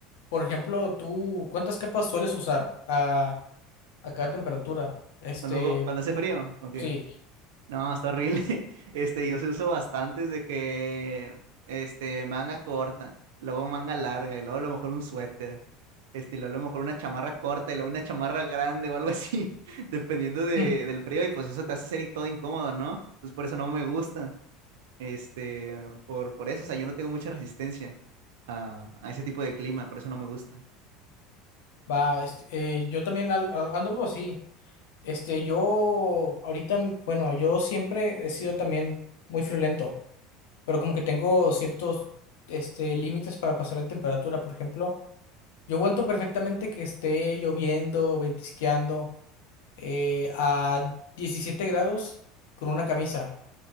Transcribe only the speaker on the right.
Cuando, cuando hace frío, ok.
No, está horrible. <laughs> Este, yo se uso bastantes de que, este, manga corta, luego manga larga, y luego a lo mejor un suéter. Este, y luego a lo mejor una chamarra corta, y luego una chamarra grande o algo así, <laughs> dependiendo de,
del frío. Y pues eso te hace ser todo incómodo, ¿no? Entonces por eso no me gusta. Este, por, por eso, o sea, yo no tengo mucha resistencia a, a ese tipo de clima, por eso no me gusta.